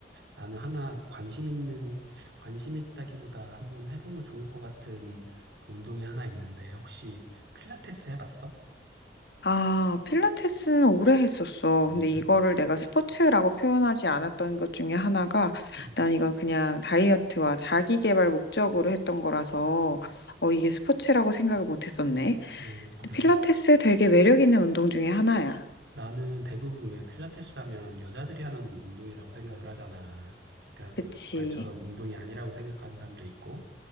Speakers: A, on the right; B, on the left.
A: 나는 하나 관심 있는 관심 있다기보다 한번 해보면 좋을 것 같은 그 운동이 하나 있는데 혹시 필라테스 해봤어?
B: 아, 필라테스는 오래 했었어. 근데
A: 어, 그래.
B: 이거를 내가 스포츠라고 표현하지 않았던 것 중에 하나가
A: 음,
B: 난 이건 그냥 다이어트와 자기 개발 목적으로 했던 거라서 어, 이게 스포츠라고 생각을 못 했었네.
A: 어,
B: 근데
A: 그래.
B: 필라테스 되게 매력 있는 운동 중에 하나야.
A: 나는 대부분 왜 필라테스 하면 여자들이 하는 운동이라고 생각을 하잖아. 그러니까
B: 그치.
A: 말처럼 운동이 아니라고 생각하는 사람도 있고.